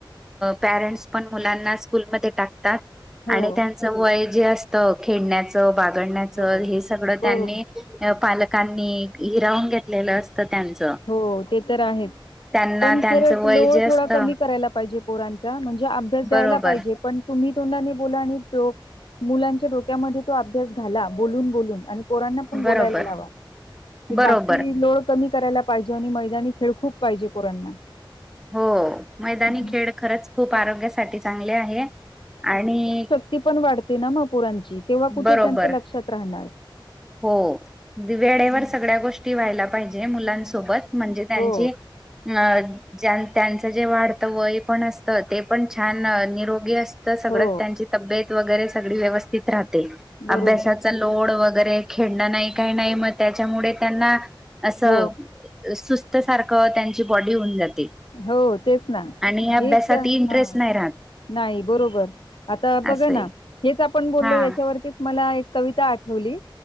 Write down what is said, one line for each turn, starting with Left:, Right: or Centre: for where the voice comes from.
Centre: पेरेंट्स मुलांना स्कूलमध्ये टाकतात.
Left: हो.
Centre: त्यांच वय जे खेळण्याचं बागडण्याचं
Left: हो.
Centre: हे सगळं त्यांनी.
Left: बरोबर
Centre: पालकांनी हिरावून घेतलेलं असतं त्यांचं.
Left: हो ते तर आहेत.
Centre: त्यांना
Left: पण
Centre: त्यांचं
Left: खरंच
Centre: वय
Left: लोड
Centre: जे असतं
Left: करायला पाहिजे पोरांचा म्हणजे अभ्यास द्यायला
Centre: बरोबर
Left: पाहिजे.. पण तुम्ही तोंडाने बोला आणि मुलांच्या डोक्यामध्ये तो अभ्यास घाला बोलून. पोरांना पण
Centre: बरोबर
Left: बोलायला लावा
Centre: बरोबर
Left: बाकी लोड कमी कराय. पाहिजे आणि मैदानी खेळ खूप पाहिजे पोरांना.
Centre: हो मैदानी
Left: हम्म.
Centre: खेळ खरंच खूप आरोग्यासाठी चांगले आहे आणि.
Left: ती पण वाढते ना मग पुरांची तेव्हा कुठे
Centre: बरोबर
Left: त्यांच लक्षात राहणार.
Centre: हो वेळेवर
Left: हम्म.
Centre: सगळ्या गोष्टी व्हायला पाहिजे मुलांसोबत. म्हणजे त्यांची
Left: हो
Centre: अं. ज त्यांचं जे वाढतं वय पण असत ते पण छान निरोगी असत. सगळ
Left: हो
Centre: त्यांची तब्येत वगैरे सग व्यवस्थित राहते
Left: बरोबर
Centre: अभ्यासाचा लोड वगैरे. खेळणं नाही काही नाही मग त्याच्यामुळे त्यांना असं.
Left: हो
Centre: सुस्त सारखं त्यांची बॉडी होऊन जाते.
Left: हो तेच ना
Centre: आणि अभ्यासात
Left: हे तर
Centre: इंटरेस्ट
Left: हा.
Centre: नाही राहत
Left: नाही बरोबर आता बघ
Centre: असे
Left: ना हेच आपण बोललो
Centre: हा
Left: याच्यावरतीच मला एक. कविता आठवली